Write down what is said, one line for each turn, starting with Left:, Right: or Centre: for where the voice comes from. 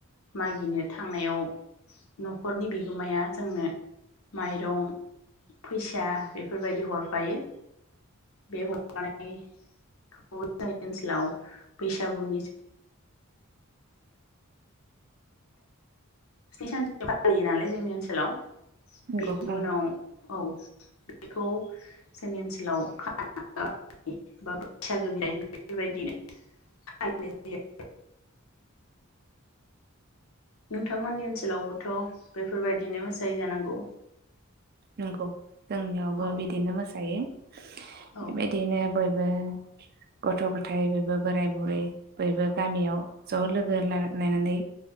Left: मागिनो थांनायाव न'खरनि बिगोमाया जोंनो माइरं फैसा बेफोरबायदि हरफायो बे हरनाय ब जोंनि ओनसोलाव बैसागुनि सानथि फालियो नालाय जोंनि ओनसोलाव
Right: नंगौ
Left: बेनि
Right: ओं
Left: उनाव औ। बेखौ जोंनि ओनसोलाव खाबा बैसागो बि बेफोरबायदिनो खननाय जायो। नोंथांमोननि ओनसोलावबोथ' बेफोरबायदिनो मोसायै जानांगौ।
Right: नोंंगौ जोंनियावबो
Left: औ
Right: बिदिनो मोसायो।
Left: औ
Right: बेबायदिनो बयबो गथ' गथाय बयबो बोराय बुरै बयबो गामियाव ज' लोगो नायनानै